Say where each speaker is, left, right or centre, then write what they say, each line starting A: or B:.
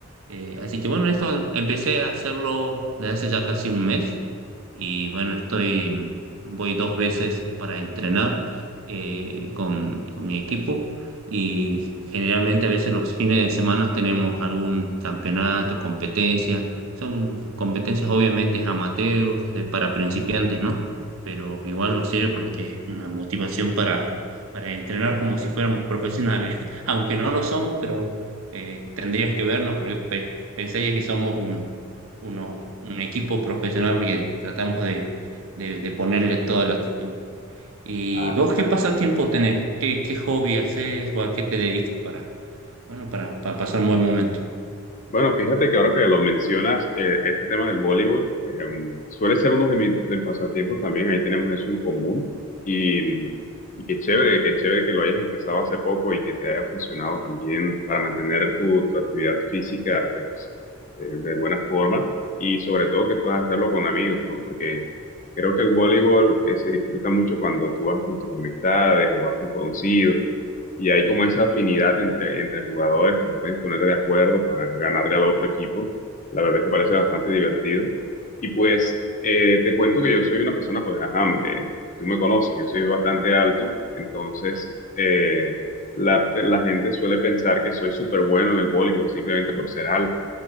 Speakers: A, on the right; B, on the left.
A: eh, así que bueno, esto empecé a hacerlo desde hace ya casi un mes y bueno, estoy, voy dos veces para entrenar eh, con, con mi equipo y generalmente a veces los fines de semana tenemos algún campeonato, competencia, son competencias obviamente amateur, de- para principiantes, ¿no? Pero igual nos sirve porque es una motivación para, para entrenar como si fuéramos profesionales, <laughs> aunque no lo somos, pero eh, tendrías que vernos porque pe- pensarías que somos un, unos- un equipo profesional porque tratamos de, de- de ponerle toda la actitud. ¿Y
B: Ah,
A: vos qué pasatiempo tenés? ¿Qué, qué hobby haces o a qué te dedicas para, bueno, para, para pasar un buen momento?
B: Bueno, fíjate que ahora que lo mencionas, eh, este tema del voleibol em, suele ser uno de mis de mis pasatiempos también, ahí tenemos eso en común y, y qué chévere, qué chévere que lo hayas empezado hace poco y que te haya funcionado también para mantener tu, tu actividad física pues eh, de buena forma y sobre todo que puedas hacerlo con amigos, ¿no? Porque creo que el voleibol eh, se disfruta mucho cuando tú vas con tus amistades o vas con conocidos y hay como esa afinidad entre, entre jugadores que se pueden poner de acuerdo para ganarle al otro equipo. La verdad es que parece bastante divertido. Y pues eh, te cuento que yo soy una persona, pues, ajá, eh, tú me conoces, yo soy bastante alto, entonces eh, la, la gente suele pensar que soy súper bueno en el voleibol simplemente por ser alto.